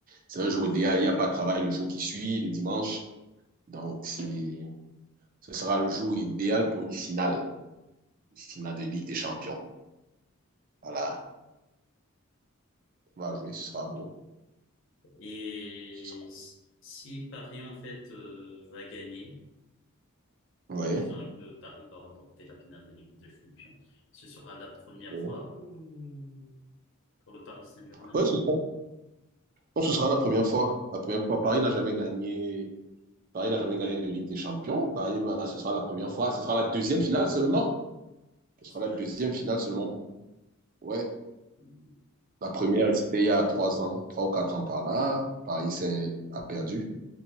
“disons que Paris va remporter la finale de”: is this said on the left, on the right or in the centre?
Left